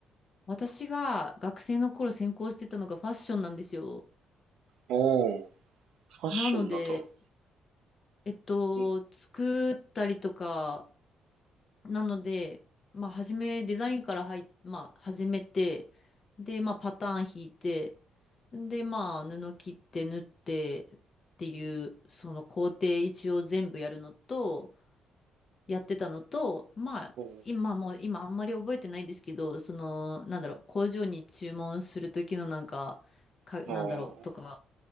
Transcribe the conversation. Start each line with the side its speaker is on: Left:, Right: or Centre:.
Left: 私が学生の頃専攻してたのがファッションなんですよ。
Right: おお、ファッションだと、
Left: なので、えっと、
Right: ん
Left: 作ったりとか、なので、まあ、初め、デザインから入っ、まあ、始めて、で、まあ、パターン引いて、で、まあ、布切って縫ってっていう、その工程一応全部やるのと、やってたのと、まあ、
Right: おー、
Left: 今もう、今あんまり覚えてないですけど、その、なんだろう、工場に注文する時のなんか、か、なんだろう、
Right: あ
Left: とか